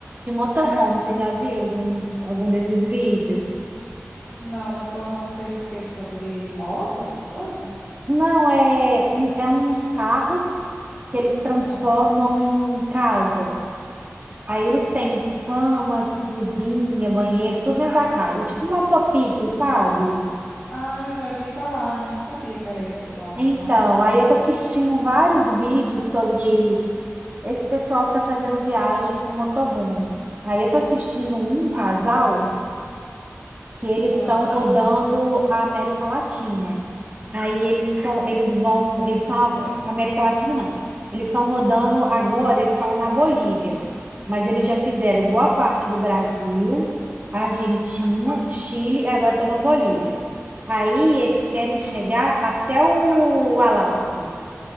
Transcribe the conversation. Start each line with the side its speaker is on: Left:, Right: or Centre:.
Right: de motorhome, você já viu algum, algum desses vídeos?
Left: Não, motorhome seria o quê? Sobre moto, essas coisas?
Right: Não, é, um, é uns carros que eles transformam
Left: Ah.
Right: em casa. Aí eles têm cama, cozinha, banheiro, tudo dentro da casa, é tipo uma topic, sabe?
Left: Ah, já vi falar, mas não sabia que era esse o nome,
Right: Então,
Left: não.
Right: aí eu tô assistindo vários vídeos sobre esse pessoal que tá fazendo viagem com motorhome. Aí eu tô assistindo um casal que eles
Left: Ah.
Right: estão rodando a América Latina. Aí eles estão, eles vão, eles estão, América Latina não. Eles estão rodando agora, eles estão na Bolívia, mas eles já fizeram boa parte do Brasil, Argentina, Chile, e agora estão na Bolívia. Aí eles querem chegar
Left: Ah.
Right: até o Alasca.